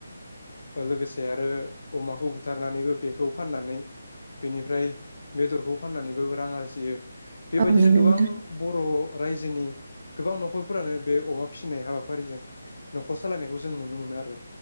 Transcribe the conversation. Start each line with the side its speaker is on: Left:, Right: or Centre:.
Left: लोगोसे आरो अमाखौ बुथारनानैबो बेखौ फाननानै बेनिफ्राय बेदरखौ फाननानैबो रां आरजियो बेबायदिनो
Right: औ नंगौ
Left: गोबां
Right: नोंथां
Left: बर रायजोनि गोबां नखरफोरानो बे अमा फिसिनाय हाबाफारिजों नखर सालायनायखौ जों नुनो मोनो आरो